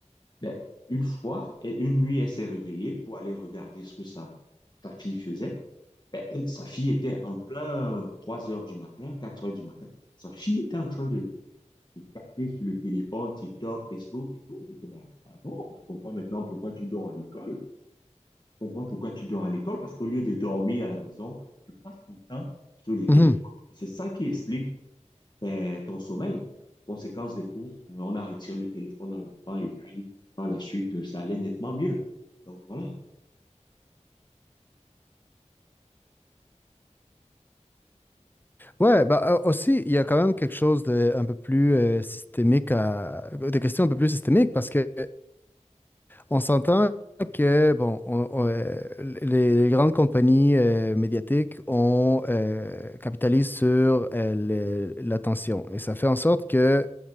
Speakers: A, on the left (about 35°); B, on the left (about 15°).
A: Ben, une fois, et une nuit, elle s'est réveillée pour aller regarder ce que sa, sa fille faisait. Ben, elle, sa fille était en plein 3 heures du matin, 4 heures du matin. Sa fille était en train de, de taper sur le téléphone, TikTok, Facebook et tout. On dit que, ben, ah bon, je comprends maintenant pourquoi tu dors à l'école. Je comprends pourquoi tu dors à l'école parce qu'au lieu de dormir à la maison, tu passes ton temps sur les téléphones.
B: mhm.
A: C'est ça qui explique ben, ton sommeil. Conséquence des courses, euh, on a retiré le téléphone à l'enfant et puis par la suite, euh, ça allait nettement mieux. Donc voilà,
B: Ouais, bah euh, aussi, il y a quand même quelque chose de un peu plus euh, systémique à des questions un peu plus systémiques parce que on s'entend que bon, on- on, euh, les, les grandes compagnies euh, médiatiques on euh, capitalise sur euh, le- l'attention et ça fait en sorte que